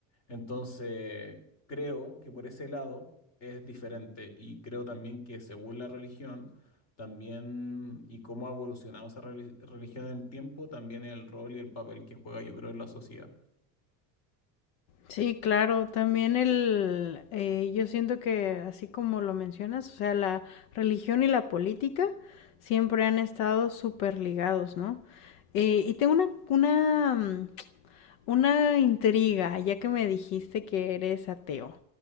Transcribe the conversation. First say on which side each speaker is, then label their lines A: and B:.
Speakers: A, on the left (about 45°); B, on the left (about 85°).
A: Entonces, creo que por ese lado es diferente y creo también que según la religión, también y cómo ha evolucionado esa reli- religión en el tiempo, también el rol y el papel que juega, yo creo, en la sociedad.
B: Sí, claro, también el, eh, yo siento que así como lo mencionas, o sea, la religión y la política siempre han estado súper ligados, ¿no? Eh, y tengo una, una, mm, una intriga, ya que me dijiste que eres ateo.